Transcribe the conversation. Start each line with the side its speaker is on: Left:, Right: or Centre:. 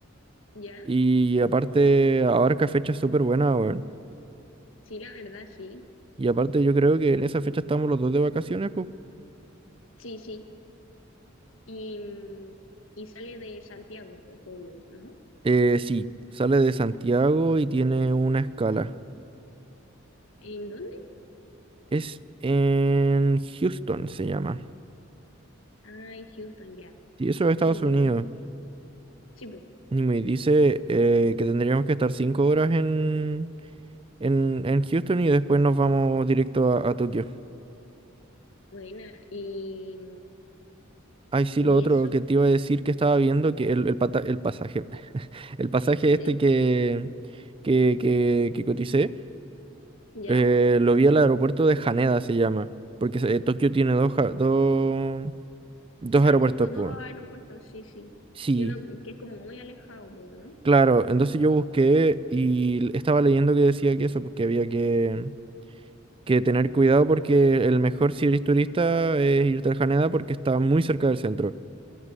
Left: Ya,
Right: y aparte abarca fechas súper buenas, weón.
Left: sí, la verdad, sí.
Right: Y aparte yo creo que en esa fecha estamos los dos de vacaciones, pues.
Left: Sí, sí. Y, mm, y sale de Santiago, pues obvio, ¿no?
Right: Eh, sí, sale de Santiago y tiene una escala.
Left: ¿En dónde?
Right: Es en Houston, se llama.
Left: Ah, en Houston, ya.
Right: Sí, eso es Estados
Left: Y
Right: Unidos.
Left: mm, sí, pues.
Right: Y me dice eh, que tendríamos que estar cinco horas en, en, en Houston y después nos vamos directo a, a Tokio.
Left: Buena, y,
Right: Ay, sí,
Left: y
Right: lo otro
Left: eso,
Right: que te iba a decir que estaba viendo, que el, el, pata- el pasaje, <laughs> el pasaje
Left: <laughs>
Right: este que, que, que, que coticé,
Left: ¿ya?
Right: eh, lo vi al aeropuerto de Haneda, se llama, porque eh, Tokio tiene dos, ja- dos, dos
Left: Ah,
Right: aeropuertos,
Left: tipo
Right: pues.
Left: dos aeropuertos,
Right: bueno.
Left: sí, sí.
Right: Sí,
Left: Y uno que que es como muy alejado, po, ¿no?
Right: claro, entonces yo busqué y l- estaba leyendo que decía que eso, pues que había que... que tener cuidado porque el mejor si eres turista es irte al Haneda porque está muy cerca del centro.